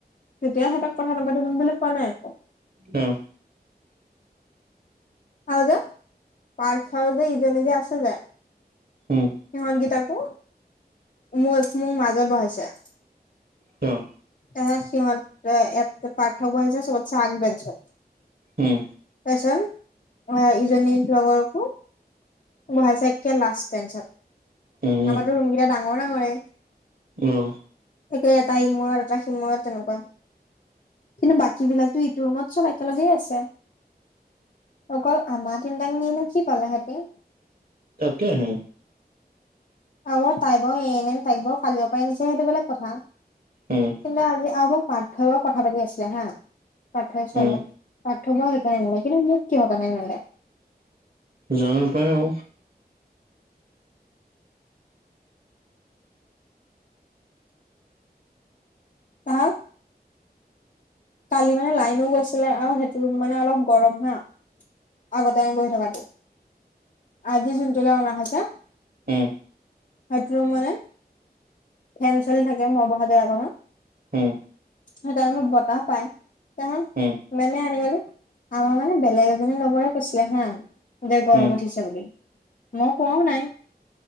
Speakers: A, on the left; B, on the right.
A: তেতিয়া সিহঁতক কথা নাপাতিবি বুলি কোৱা নাই আকৌ
B: উম।
A: হয় যে পাৰ্থ যে এইজনী যে আছে যে
B: উম,
A: সিহঁত কেইটাকো মোৰে মোৰ মাজত বহাইছে।
B: কিয়?
A: এ সিহঁত তে এতে পাৰ্থক বহাইছে চবতছে আগ বেঞ্চত।
B: উম
A: তাৰপিছত আ ইজনীৰ লগৰকো বহাইছে একে লাষ্ট বেঞ্চত।
B: উম,
A: আমাৰতো ৰুম কেইটা ডাঙৰ ডাঙৰে।
B: কিয়?
A: একে এটা ইমূৰৰ এটা সিমূৰত তেনেকুৱা। কিন্তু বাকী বিলাকতো ইটো ৰুমত চব একেলগেই আছে। অকল আমাৰ তিনিটাক নি নো কি পালে সিহঁতি?
B: তাকে হে।
A: লগৰ তাই বাৰু এ এনে এম তাইক বাৰু কালিৰ পৰাই নিছে সেইটো বেলেগ কথা।
B: উম
A: কিন্তু আজি আ মোক পাৰ্থবক কথা পাতি আছিলে হা পাৰ্থয়ে চবে
B: উম,
A: পাৰ্থবক সেইকাৰণে নিলে, কিন্তু মোক কিহৰ কাৰণে নিলে?
B: জানা পাই অ
A: তাৰ। কালি মানে লাইনো গৈছিলে! আৰু হেইটো ৰুম মানে অলপ গৰম হা আগতে আমি বহি থকাটো আজি যোনটোলৈ অনা হৈছে!
B: উম,
A: <unintelligible> মানে ফেন চেলি থাকে! মই বহা জেগাকনত
B: উম।
A: সেইকাৰণে <unintelligible> বতাহ পাই <inaudible>
B: উম,
A: মেলি আমাৰ মানে বেলেগ মানে লগৰে কৈছিলে হা দে গৰম
B: উম,
A: উঠিছে! বুলি মই কোৱাও নাই!